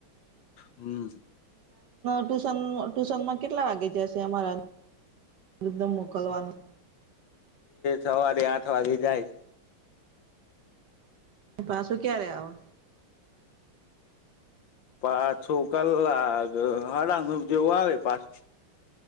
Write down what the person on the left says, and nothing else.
હમ્મ
સવારે આઠ વાગે જાય
પાછો કલાક હાડા નવ જેવું આવે પાછ